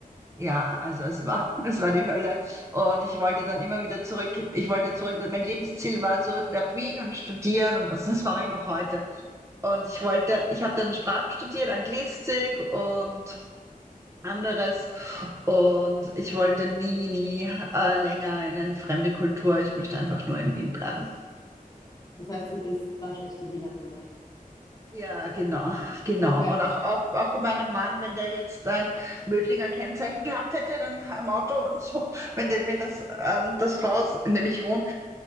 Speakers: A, on the right; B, on the left.
A: ja, also es war, <laughs> es war die Hölle. Und ich wollte dann immer wieder zurück. Ich wollte zurück. Mein Lebensziel war zurück nach Wien und studieren und das, das mache ich noch heute. Und ich wollte, ich habe dann Sprachen studiert, Anglistik und anderes. Und ich wollte nie, nie äh, länger in eine fremde Kultur. Ich möchte einfach nur in Wien bleiben.
B: Das heißt, du bist waschechte Wienerin dann.
A: Ja, genau, genau.
B: Das heißt,
A: Und auch, auch, auch bei meinem Mann, wenn der jetzt ein Mödlinger Kennzeichen gehabt hätte, dann im Auto oder so, wenn, der, wenn das, ähm, das Haus, in dem ich wohne,